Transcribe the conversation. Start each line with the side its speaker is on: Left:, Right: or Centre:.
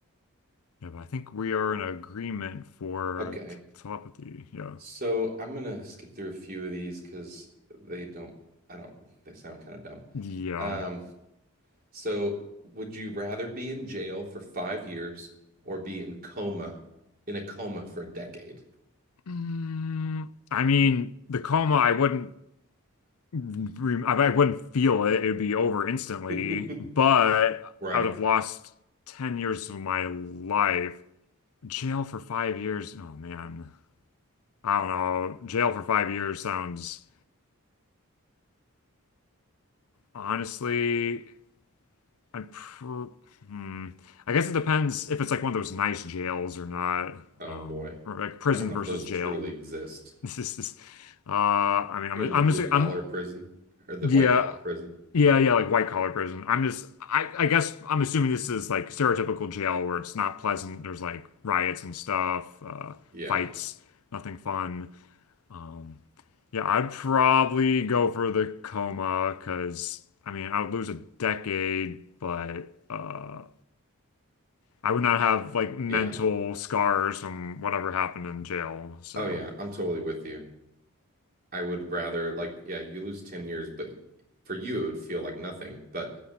Left: Yeah, but I think we are in agreement for
Right: Okay.
Left: t telepathy. Yeah.
Right: So I'm gonna skip through a few of these because they don't I don't they sound kind of dumb.
Left: Yeah.
Right: Um So, would you rather be in jail for five years or be in coma, in a coma for a decade?
Left: Mm, I mean, the coma, I wouldn't re I I wouldn't feel it. It would be over instantly,
Right: <laughs>
Left: but
Right: right.
Left: I would have lost 10 years of my life. Jail for five years. Oh man. I don't know. Jail for five years sounds honestly I'd pr hmm. I guess it depends if it's like one of those nice jails or not,
Right: Oh
Left: um,
Right: boy.
Left: or like prison
Right: I don't know
Left: versus
Right: if those
Left: jail.
Right: truly exist.
Left: <laughs> This is this. Uh, I mean,
Right: You're
Left: I'm
Right: in
Left: I'm
Right: the blue
Left: just
Right: collar
Left: I'm
Right: prison or the
Left: yeah
Right: white collar prison.
Left: yeah yeah like white collar prison. I'm just I I guess I'm assuming this is like stereotypical jail where it's not pleasant. There's like riots and stuff, uh,
Right: Yeah.
Left: fights, nothing fun. Um, yeah, I'd probably go for the coma because I mean I would lose a decade, but uh. I would not have like mental
Right: Yeah.
Left: scars from whatever happened in jail. So,
Right: Oh yeah. I'm totally with you. I would rather like yeah, you lose 10 years, but for you it would feel like nothing, but